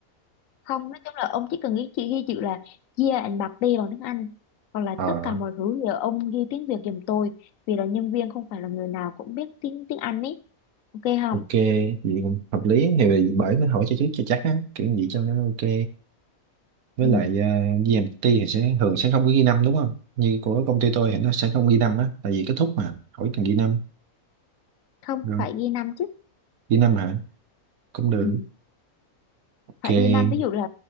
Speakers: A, on the left; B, on the right.
A: không nói chung là ông chỉ cần ghi chỉ ghi chữ là year and birthday bằng tiếng Anh còn là
B: Ờ
A: tất cả mọi thứ giờ ông ghi tiếng Việt giùm tôi vì là nhân viên không phải là người nào cũng biết tiếng tiếng Anh ấy ok không
B: ok vậy cũng hợp lý thì bởi mới hỏi cho trước cho chắc á kiểu gì cho nó ok với
A: ừ.
B: lại uh, GMT thì sẽ thường sẽ không có ghi năm đúng không như của công ty tôi thì nó sẽ không ghi năm á tại vì kết thúc mà hỏi cần ghi năm
A: không
B: rồi
A: phải ghi năm chứ
B: ghi năm hả cũng được
A: ừ.
B: ok
A: phải ghi năm ví dụ là